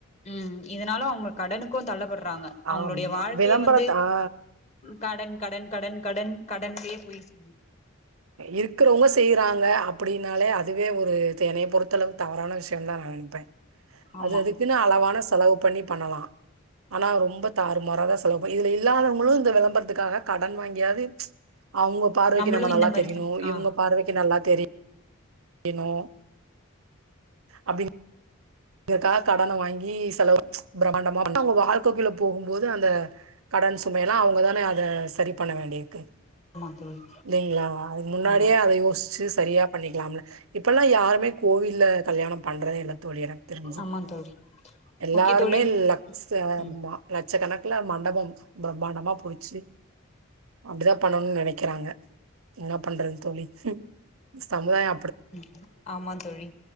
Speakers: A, on the left; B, on the right.
A: ம் இதனால அவ்ங்க கடனுக்கு தள்ளபற்றா <unintelligible> அவுங்ளோடய
B: ஆமா
A: வாழ்க்கியே
B: விளம்பரத்த
A: வந்து
B: ஆ
A: கடன் கடன் கடன் கடன் கடன்லியே போயிர்ச்
B: இர்க்குறவ்ங்க செய்யிறாங்க அப் ப்புடின்னாலே அதுவே ஒரு எனய பொறுத்தளவு தவறான விஷ்யம்ந்தா நா நன்ப்பே
A: ஆமா
B: அது அது அதுகுனு அளவான தலவு பண்ணி பண்ணலா ஆனா ரொம்ப தாறுமாறாதா செலவு பண்ணி இதுல இல்லாதவ்ங்குளு இந்த விளம்பரத்துக்காக கடன் வாங்கியாது அவ்ங்க பார்வை
A: நம்மளு
B: நம்ம நல்லா
A: இந்த மாரி
B: தெரிய்ணு
A: பண்ணி ஆ
B: இவ்ங்க பார்வக்கு நல்லா தெரி எனு அப்டிங் இருக்கா கடன வாங்கி செலவு பிரமாண்டமா <unintelligible> அவ்ங்க வாழ்க்ககுள்ள போகும்போது அந்த கடன் சுமையெல்லா அவுங்கதானே அத சரி பண்ண வேண்டியிர்க்கு
A: ஆமா தோழி
B: லிங்ளா அதுக்கு முன்னாடியே
A: ஆமா
B: அத யோஸ் சி சரியா பண்ணிக்லாம்ல இப்பெல்லா யாருமே கோவில்ல கல்யாணம் பண்றதே இல்ல தோழி தெரிஞ்சு
A: ஆமா தோழி
B: எல்லாருமே
A: ஓகே தோழி
B: லெக்ஸ்ட் ஆமா
A: ம்
B: லெட்சக்கணக் குல மண்டபம் பிரமாண்டமா புடிச்சி அப்டிதா பண்ணணும்னு நெனைக்கிறாங்க என்ன பண்றதுன் தோழி ம் சமுதாய்
A: ம் ஆம்மாந் தோழி